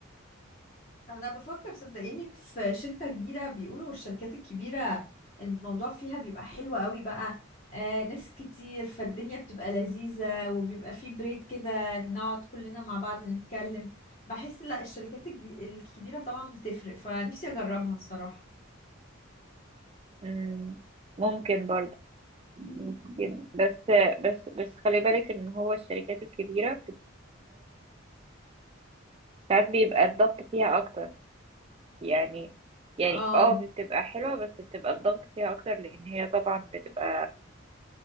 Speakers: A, on the left; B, on the right.
A: انا بفكر صدقيني في شركة كبيرة بيقولوا الشركات الكبيرة الموضوع فيها بيبقى حلو قوي بقى آه ناس كتير فالدنيا بتبقى لذيذة وبيبقى فيه بريك كده نقعد كلنا مع بعض نتكلم بحس لا الشركات الج- الكبيرة طبعا بتفرق فنفسي اجربها الصراحة
B: مم، ممكن برضه ممكن. بس بس بس خلي بالك ان هو الشركات الكبيرة بت ساعات بيبقى الضغط فيها اكتر يعني يعني
A: اه
B: اه بتبقى حلوة بس بتبقى الضغط فيها اكتر لان هي طبعا بتبقى